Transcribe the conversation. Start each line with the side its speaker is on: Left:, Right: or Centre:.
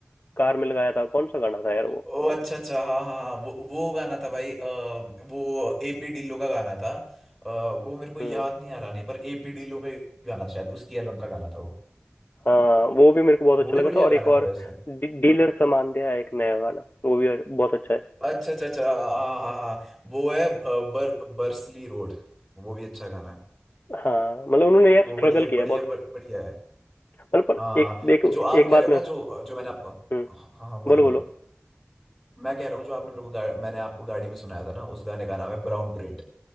Left: कार में लगाया था कौन सा गाना था यार वो
Centre: ओ अच्छा अच्छा हाँ हाँ हाँ वो वो गाना था भाई अ, वो एपी ढिल्लो का गाना था अ, वो मेरे को याद
Left: हम्म
Centre: नहीं आ रहा नहीं पर एपी ढिल्लो का एक गाना था शायद उसकी एल्बम का गाना था वो
Left: हाँ वो भी मेरे को बहुत अच्छा
Centre: वो भी
Left: लगा
Centre: बढ़िया
Left: था और
Centre: गाना
Left: एक
Centre: था
Left: और
Centre: वैसे
Left: डीलर सामान दिया है, एक नया गाना वो भी बहुत अच्छा है
Centre: अच्छा अच्छा अच्छा हाँ हाँ हाँ वो है अ, बर, बर्सली रोड वो भी अच्छा गाना है
Left: हाँ मतलब उन्होंने यार
Centre: वो
Left: स्ट्रगल
Centre: बढ़िया
Left: किया है
Centre: बढ़िया
Left: बहुत
Centre: बढ़िया है
Left: मतलब पर
Centre: हाँ हाँ,
Left: एक
Centre: हाँ।
Left: देखो
Centre: और जो आप
Left: एक
Centre: कह
Left: बात
Centre: रहे हो ना
Left: में
Centre: जो जो मैंने आपको हाँ
Left: हम्म
Centre: हाँ हाँ, बोलो
Left: बोलो
Centre: बोलो
Left: बोलो
Centre: मैं कह रहा हूँ जो आपने मेरे को गा- मैंने आपको गाड़ी में सुनाया था ना उस गाने का नाम है ब्राउन प्रिंट